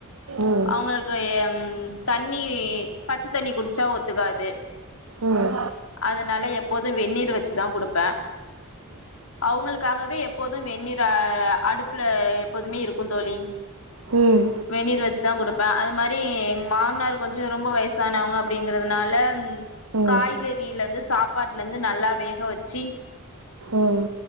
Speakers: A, on the right; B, on the left.
A: ம்
B: அவங்களுக்கு ம் தண்ணி பச்ச தண்ணி குடிச்சா ஒத்துக்காது
A: ம் ம் ம்
B: அதுனால எப்போது வெந்நீர் வச்சுதா குடுப்ப அவங்களுக்காகவே எ ப்போதும் வெநீர் அடுப்புல எப்போதுமே இருக்கு தோழி
A: ம் ம்
B: வெநீர் வ டுப்ப அது மாரி எங்க மாமனார் கொஞ்சோ ரொம்ப வயசானவங்க அப்படிங்கறதுனால
A: ம்
B: காய்கறில இருந்து சாப்பாட்டுல இருந்து நல்லா வேக வச்சு
A: ம்